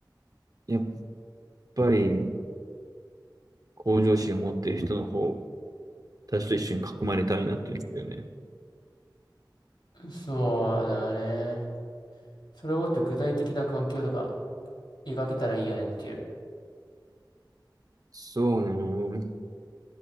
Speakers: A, on the right; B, on the left.
A: やっぱり向上心を持ってる人の方、私と一緒に囲まれたいなっていうんだよね。
B: そうだね。それをもっと具体的な環境とか描けたらいいよねっていう。
A: そうね。